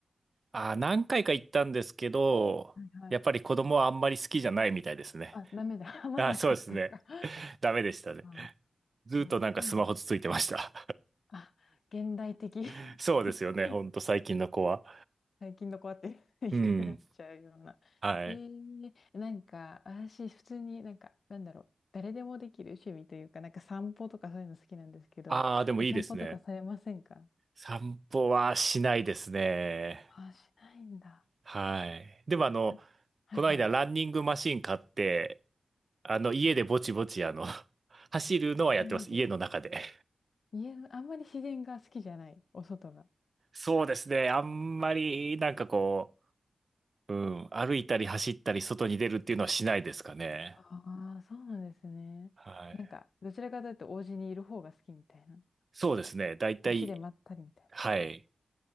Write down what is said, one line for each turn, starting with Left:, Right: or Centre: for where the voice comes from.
Right: ああ、何回か行ったんですけど、
Left: はいはい。
Right: やっぱり子供はあんまり好きじゃないみたいですね。
Left: あ、ダメだ。<laughs> ハマんなかったか。
Right: ああ、そうですね。<laughs> ダメでしたね。
Left: あ
Right: ずーっとなんかスマホつついてました。
Left: あ、そうなんだあ、現代的。
Right: <laughs> そうですよね。
Left: <laughs>
Right: ほんと最近の子は。
Left: 最近の子はって言いたくなっちゃうような。
Right: うん。はい。
Left: えー、なんか、私、普通になんか、なんだろう、誰でもできる趣味というか、なんか散歩とかそういうの好きなんですけど、
Right: ああ、でもいいですね。
Left: お散歩とかされませんか
Right: 散歩はしないですね。
Left: あ、しないんだ。
Right: はい。でもあの、
Left: あはいはい。
Right: この間ランニングマシン買って、あの、家でぼちぼちあの、<laughs> 走るのはやってます。
Left: 家で。
Right: 家の中で。
Left: 家の、あんまり自然が好きじゃない、お外が。
Right: そうですね。あんまり、なんかこう、うん、歩いたり走ったり外に出るっていうのはしないですかね。
Left: ああ、そうなんですね。
Right: はい。
Left: なんか、どちらかというと、お家にいる方が好きみたいな。
Right: そうですね。だいたい、
Left: お家でまったりみたいな。
Right: はい。